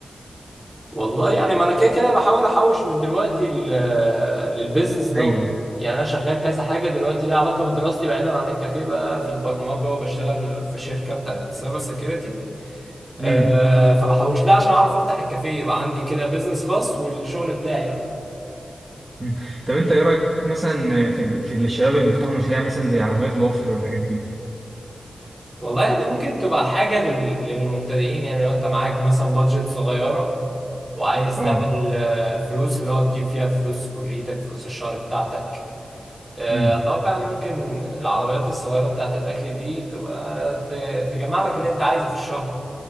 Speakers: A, in the centre; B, on the right.
A: والله يعني ما انا كده كده بحاول احوش من دلوقتي لل- للبيزنس ده
B: ايوه
A: يعني انا شغال كذا حاجه دلوقتي ليها علاقه بدراستي بعيدا عن الكافيه بقى في البرمجه وبشتغل في شركه بتاعت سايبر سيكيورتي أه
B: امم
A: فبحوش لها عشان اعرف افتح الكافيه يبقى عندي كده بيزنس خاص والشغل بتاعي بقى
B: مم. طب انت ايه رايك مثلا في ال... في الشباب اللي بيفتحوا مشاريع مثلا زي عربيات الوافل والحاجات دي
A: والله يعني ممكن تبقى حاجه لل- للمبتدئين يعني لو انت معاك مثلا بادجت صغيره وعايز
B: اه
A: تعمل آه، فلوس اللي هو تجيب فيها فلوس كليتك فلوس الشهر بتاعتك آه،
B: امم
A: اتوقع يعني ممكن العربيات الصغيره بتاعت الاكل دي تبقى ت- تجمع لك اللي انت عايزه في الشهر